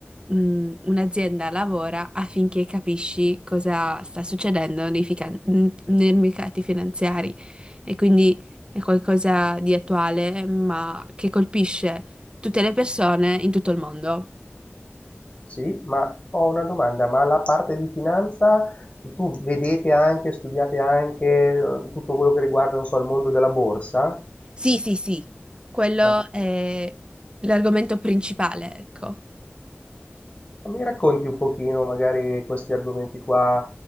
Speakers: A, on the right; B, on the left.
A: mm, un'azienda lavora affinché capisci cosa sta succedendo nei, fica- mm, nei mercati finanziari e quindi è qualcosa di attuale, ma che colpisce tutte le persone in tutto il mondo.
B: Sì, ma ho una domanda, ma la parte di finanza tu vedete anche, studiate anche eh, tutto quello che riguarda, non so, il mondo della borsa?
A: Sì, sì, sì, quello
B: Ah,
A: è l'argomento principale, ecco.
B: ma mi racconti un pochino magari questi argomenti qua,